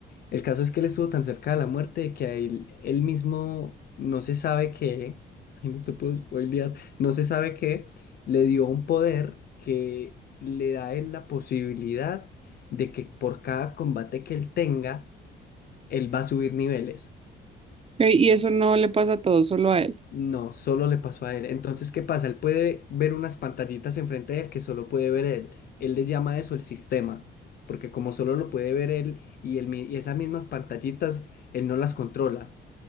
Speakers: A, on the left; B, on the right.
A: El caso es que él estuvo tan cerca de la muerte que a él, él mismo no se sabe qué, <laughs> ay, no te puedo spoilear, no se sabe qué, le dio un poder que le da a él la posibilidad de que por cada combate que él tenga, él va a subir niveles.
B: Ok, y eso no le pasa a todos, solo a él.
A: No, solo le pasó a él. Entonces, ¿qué pasa? Él puede ver unas pantallitas enfrente de él que solo puede ver él. Él le llama a eso el sistema, porque como solo lo puede ver él y, él mi- y esas mismas pantallitas, él no las controla.